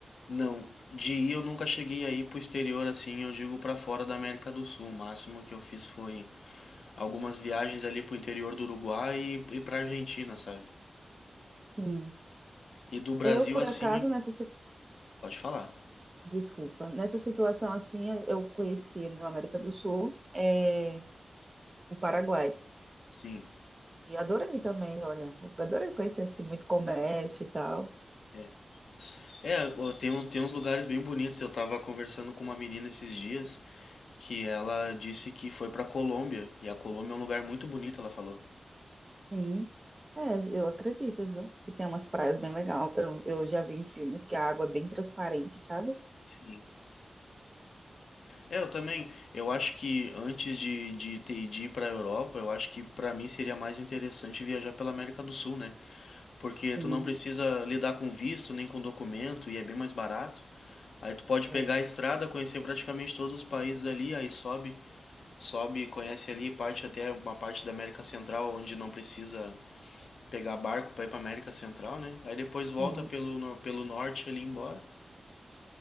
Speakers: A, on the left; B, on the right.
A: Não, de ir eu nunca cheguei a ir pro exterior assim, eu digo pra fora da América do Sul. O máximo que eu fiz foi algumas viagens ali pro interior do Uruguai e, e pra Argentina, sabe?
B: Sim.
A: E do Brasil
B: Eu, por
A: assim,
B: acaso, nessa, si-
A: pode falar.
B: desculpa, nessa situação assim, eu conheci na América do Sul, é, o Paraguai.
A: Sim.
B: E adorei também, olha, eu adorei conhecer assim muito comércio e tal.
A: É, é ó, tem, um- tem uns lugares bem bonitos. Eu tava conversando com uma menina esses dias. que ela disse que foi pra Colômbia. E a Colômbia é um lugar muito bonito, ela falou.
B: Sim. É, eu acredito, viu? Que tem umas praias bem legais. Eu, eu já vi em filmes que a água é bem transparente, sabe?
A: Sim. Eu também, eu acho que antes de, de, ter- de ir pra Europa, eu acho que pra mim seria mais interessante viajar pela América do Sul, né? Porque
B: Sim.
A: tu não precisa lidar com visto nem com documento e é bem mais barato. Aí tu pode
B: É,
A: pegar a estrada, conhecer praticamente todos os países ali, aí sobe, sobe, conhece ali parte até uma parte da América Central onde não precisa pegar barco para ir para América Central, né? Aí depois volta
B: sim.
A: pelo, no- pelo norte ali embora.